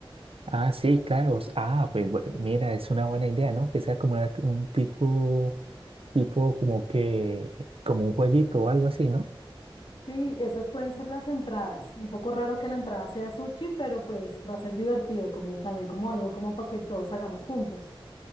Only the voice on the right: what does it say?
Ah, sí, claro. s- Ah, pues bu-
mira, es una buena idea, ¿no? Que sea como una- un tipo, tipo como que, como un jueguito o algo así, ¿no?